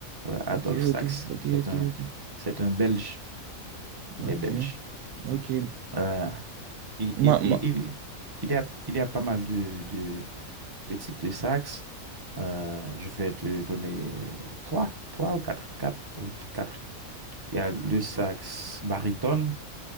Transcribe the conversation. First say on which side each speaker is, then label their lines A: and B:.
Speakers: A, on the right; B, on the right.
A: ouais, Adolphe
B: Ok,
A: Sax.
B: ok, ok,
A: C'est
B: ok,
A: un,
B: ok,
A: c'est un Belge. Il
B: ok.
A: est belge.
B: Ok,
A: Euh, il,
B: Moi,
A: il,
B: moi-
A: il, il- il y a, il y a pas mal de, de, de types de sax. Euh, je vais te donner trois, trois ou quatre, quatre ou quatre. Il y a le sax baryton